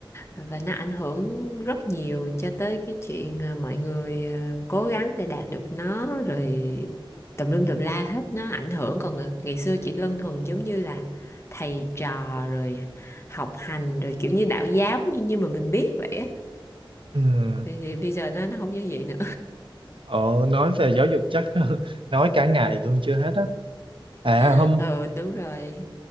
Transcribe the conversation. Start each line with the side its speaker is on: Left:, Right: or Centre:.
Left: và nó ảnh hưởng rất nhiều cho tới cái chuyện à, mọi người à, cố gắng để đạt được nó rồi tùm lum tùm la hết nó ảnh hưởng còn ng- ngày xưa chỉ đơn thuần giống như là thầy trò rồi học hành rồi kiểu như đạo giáo như như mà mình biết vậy á
Right: Ừm,
Left: thì, thì bây giờ nó nó không như vậy nữa
Right: ờ, nói về giáo dục chắc <laughs> nói cả ngày luôn chưa hết á à
Left: <laughs>
Right: hôm
Left: ừ đúng rồi